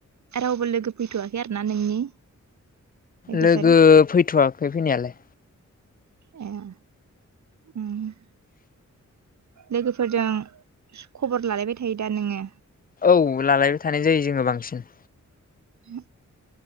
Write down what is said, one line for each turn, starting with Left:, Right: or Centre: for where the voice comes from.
Right: रावबो लोगो फैथ'वाखै आरोना नोंनि लोगोफोर
Left: लोगो फैथ'वाखै फैनायालाय
Right: ए लोगोफोरजों खबर लालायबाय थायो दा नोङो
Left: औ लालायबाय थानाय जायो जोङो बांसिन
Right: ए